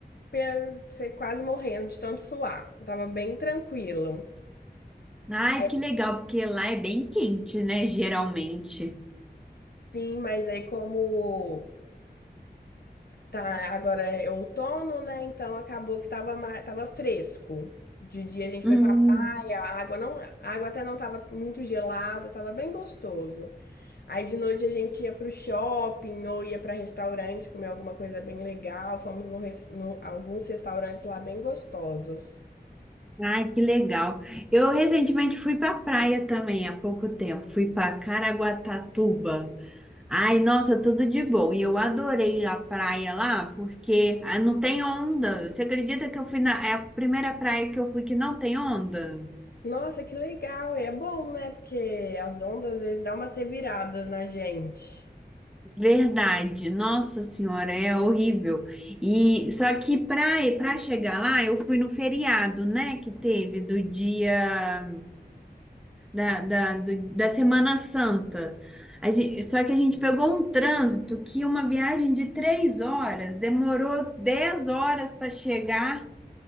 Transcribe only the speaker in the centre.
ai,
que legal, porque lá é bem quente, né, geralmente.
Hum,
ai, que legal. Eu recentemente fui pra praia também, há pouco tempo. Fui pra Caraguatatuba. Ai, nossa, tudo de bom. E eu adorei a praia lá, porque ah, não tem onda. Você acredita que eu fui na... É a primeira praia que eu fui que não tem onda?
Verdade. Nossa senhora, é horrível. E só que praia, para chegar lá, eu fui no feriado, né, que teve do dia da, da, do- da Semana Santa. A gente- só que a gente pegou um trânsito que uma viagem de três horas demorou dez horas para chegar.